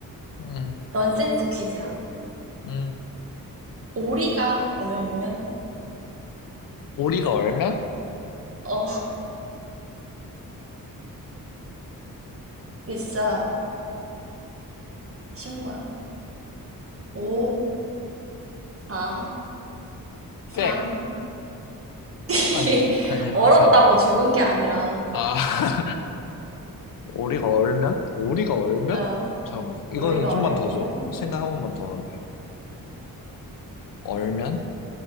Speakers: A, on the left (about 70°); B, on the right (about 40°).
A: 음,
B: 넌센스 퀴즈야.
A: 음.
B: 오리가 얼면?
A: 오리가 얼면?
B: 어, 이게 진짜 쉬운 거야. 5, 4, 3.
A: 꽥!
B: <laughs>
A: 아니네. 아니,
B: 얼었다고
A: 사고.
B: 죽은 게 아니라,
A: 아, <laughs> 오리가 얼면? 오리가 얼면?
B: 어,
A: 잠깐만. 이거는
B: 오리가
A: 좀만
B: 얼면?
A: 더 줘. 생각 한 번만 더 하게. 얼면?